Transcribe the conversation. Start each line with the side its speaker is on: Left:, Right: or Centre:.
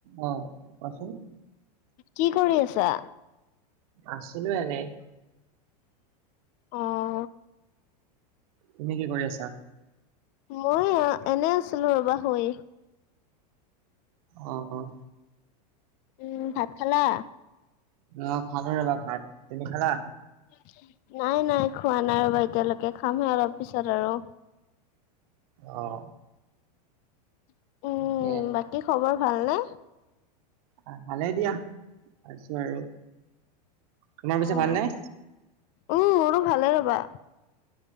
Right: <unintelligible> অ, কোৱাচোন?
Left: কি কৰি আছা?
Right: আছিলো এনেই।
Left: অ',
Right: তুমি কি কৰি আছা?
Left: মই এনে আছিলো ৰবা শুই।
Right: অঁ অঁ
Left: উম, ভাত খালা?
Right: অঁ খালো ৰবা ভাত, তুমি খালা?
Left: <unintelligible> নাই নাই খোৱা নাই ৰব এতিয়ালৈকে খামহে অলপ পিছত আৰু।
Right: অঁ
Left: উম,
Right: তাকে,
Left: বাকী খবৰ ভাল নে?
Right: আহ ভালে দিয়া, আছো আৰু, তোমাৰ পিছে
Left: অ',
Right: ভাল নে?
Left: উম আৰু ভালে ৰ'বা।